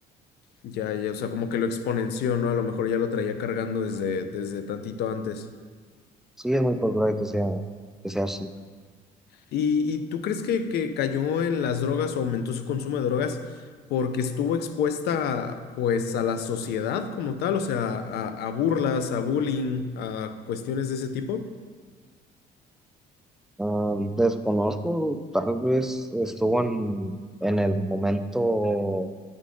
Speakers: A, on the left; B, in the centre.
A: Ya, ya, o sea, como que lo exponenció, ¿no? A lo mejor ya lo traía cargando desde, desde tantito antes.
B: Sí, es muy probable que sea, que sea así.
A: ¿Y, y tú crees que, que cayó en las drogas o aumentó su consumo de drogas porque estuvo expuesta, pues, a la sociedad como tal? O sea, a, a burlas, a bullying, a cuestiones de ese tipo.
B: Ah, desconozco, tal vez estuvo en, en el momento